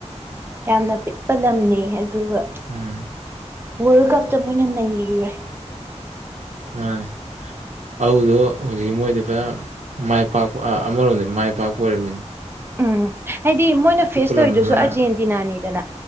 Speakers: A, on the right; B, on the right.
A: ꯌꯥꯝꯅ ꯄꯤꯛꯄ ꯂꯝꯅꯦ ꯑꯗꯨꯒ
B: ꯎꯝ
A: ꯋꯥꯔꯜ ꯀꯞꯇ ꯃꯣꯏꯅ ꯅꯈ꯭ꯔꯦ
B: ꯍꯣꯏ ꯑꯗꯨꯗꯣ ꯍꯧꯖꯤꯛꯀꯤ ꯃꯣꯏꯗꯤ ꯄꯨꯖꯅ ꯃꯥꯏ ꯄꯥꯛꯄ ꯑꯃꯔꯣꯝꯗ ꯃꯥꯏ ꯄꯥꯛꯄ ꯑꯣꯏꯔꯝꯃꯤꯅ
A: ꯎꯝ ꯍꯥꯏꯗꯤ ꯃꯣꯏꯅ ꯐꯦꯁ ꯇꯧꯔꯤꯗꯨꯁꯨ
B: ꯂꯝ ꯑꯃꯅ
A: ꯑꯥꯔꯖꯦꯟꯇꯤꯅꯥꯅꯤꯗꯅ